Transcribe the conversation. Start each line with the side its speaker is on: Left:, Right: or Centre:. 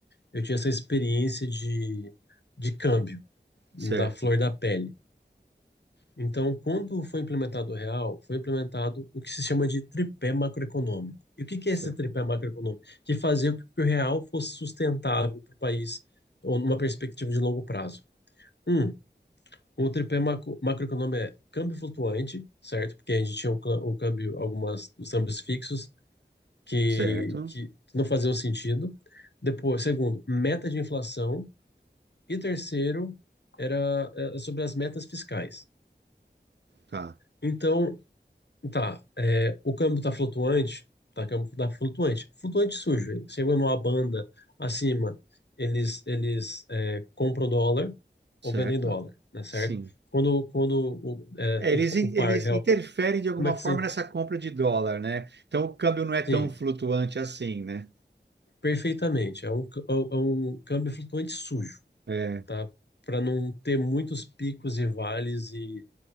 Left: eu tinha essa experiência de, de câmbio. na
Right: certo,
Left: flor da pele. Então, quando foi implementado o real, foi implementado o que se chama de tripé macroeconômico. E o que que
Right: cer-
Left: é esse tripé macroeconômico? Que fazia com que o real fosse sustentável para o país ou numa perspectiva de longo prazo. Um, o tripé macro, macroeconômico é câmbio flutuante, certo? Porque a gente tinha o, o câmbio, algumas, os câmbios fixos que,
Right: certo,
Left: que não faziam sentido. Depois, segundo, meta de inflação. E terceiro, era, eh, sobre as metas fiscais.
Right: tá,
Left: Então, Tá, é, o câmbio tá flutuante, tá, o câmbio tá flutuante, flutuante sujo. Ele chegou numa banda acima, eles eles é, compram dólar
Right: certo.
Left: ou vendem dólar, né, certo?
Right: Sim.
Left: Quando quando o, é,
Right: É,
Left: o,
Right: eles, in-
Left: o par
Right: eles
Left: real,
Right: interferem de alguma
Left: como é que
Right: forma
Left: você,
Right: nessa compra de dólar, né? Então o câmbio não é tão
Left: sim,
Right: flutuante assim, né?
Left: perfeitamente. É um, c- é um é um câmbio flutuante sujo,
Right: É,
Left: tá? Para não ter muitos picos e vales e,